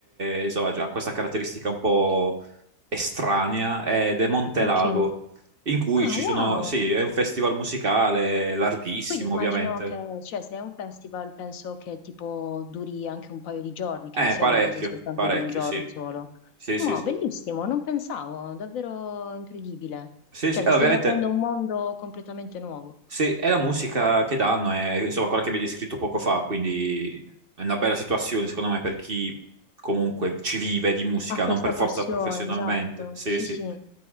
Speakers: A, on the right; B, on the left.
A: eh, insomma, ha questa caratteristica un po' estranea, è De Montelago,
B: Ok.
A: in cui
B: Ah,
A: ci
B: wow.
A: sono, sì, è un festival musicale larghissimo,
B: Quindi immagino
A: ovviamente.
B: che, cioè, se è un festival, penso che tipo duri anche un paio di giorni, che
A: Eh,
B: non sia
A: parecchio,
B: una cosa soltanto
A: parecchio,
B: di un giorno
A: sì.
B: solo.
A: Sì,
B: Ma
A: sì, sì.
B: bellissimo, non pensavo, davvero incredibile.
A: Sì,
B: Cioè,
A: sì, eh,
B: mi
A: ovviamente,
B: stai aprendo un mondo completamente nuovo.
A: sì, è la musica che danno, è insomma quella che mi hai descritto poco fa, quindi è una bella situazione, secondo me, per chi comunque ci vive di musica,
B: ha questa
A: non per forza
B: passione,
A: professionalmente.
B: esatto.
A: Sì,
B: Sì,
A: sì.
B: sì.